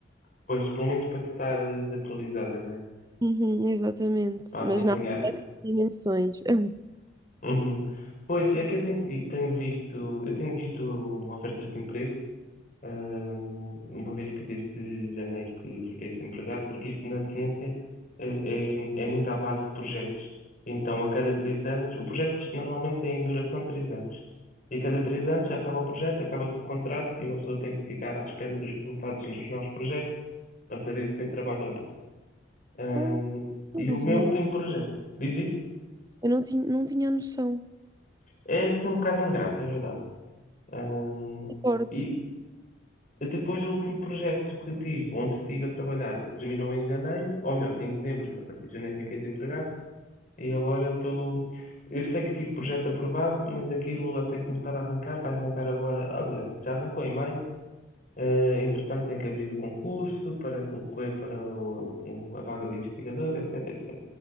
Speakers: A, on the left; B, on the right.
A: Pois, pelo menos para te estar atualizada, não é?
B: Uhum, exatamente.
A: Para acompanhar.
B: Mas nada dessas dimensões. <laughs>
A: Uhum. Pois, é que eu tenho, vi- tenho visto, eu tenho visto ofertas de emprego hum, uma vez que desde janeiro que fiquei desempregado, porque isto na ciência eh, é, é muito à base de projetos. Então, a cada três anos, o projeto normalmente tem duração de três anos. E a cada três anos acaba o projeto, acaba-se o contrato e uma pessoa tem que ficar à espera dos resultados dos novos projetos para saber se tem trabalho ou não. Hum,
B: Ah, eu
A: e
B: não
A: o meu
B: tinha,
A: último
B: eu
A: projeto, diz isso?
B: não tinha, não tinha noção.
A: É assim um bocado ingrato, é verdade. Hum,
B: Concordo.
A: e Depois o último projeto que tive, onde estive a trabalhar, terminou em janeiro, ou melhor, em dezembro, a partir de janeiro fiquei desempregado, e agora estou. Eu sei que tive projeto aprovado, mas aquilo até começar a arrancar, vai arrancar agora, aliás, já arrancou em maio, eh, entretanto tem que abrir o concurso para concorrer para o- o- a vaga de investigador, etc,